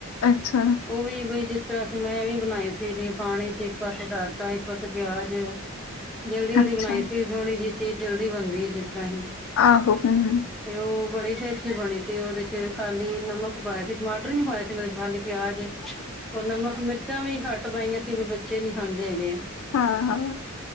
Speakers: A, on the left; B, in the centre.
A: ਅੱਛਾ।
B: ਉਹ ਵੀ ਬਈ ਜਿਸ ਤਰ੍ਹਾਂ ਕਿ ਮੈਂ ਵੀ ਬਣਾਏ ਸੀ, ਜੇ ਪਾਣੀ ਚ ਇੱਕ ਪਾਸੇ ਤਰਦਾ, ਇੱਕ ਪਾਸੇ ਪਿਆਜ।
A: <unintelligible>
B: ਜਲਦੀ-ਜਲਦੀ
A: ਅੱਛਾ
B: ਬਣਾਈ ਸੀ ਥੋੜ੍ਹੀ ਜੀ ਚੀਜ਼, ਜਲਦੀ ਬਣਦੀ ਐ ਜਿਸ ਤਰ੍ਹਾਂ ਹੀ।
A: ਆਹੋ ਹੂੰ
B: ਤੇ ਉਹ ਬੜੀ ਟੇਸਟੀ ਬਣੀ ਸੀ, ਉਹਦੇ ਚ ਖਾਲੀ ਨਮਕ ਪਾਇਆ ਸੀ, ਟਮਾਟਰ ਨੀ ਪਾਇਆ ਸੀ ਮੈਂ। ਵੰਨ ਪਿਆਜ ਉਹ ਨਮਕ, ਮਿਰਚਾਂ ਵੀ ਘੱਟ ਪਾਈਆਂ ਸੀ, ਵੀ ਬੱਚੇ ਨੀ ਖਾਂਦੇ ਹੈਗੇ।
A: ਹਾਂ-ਹਾਂ।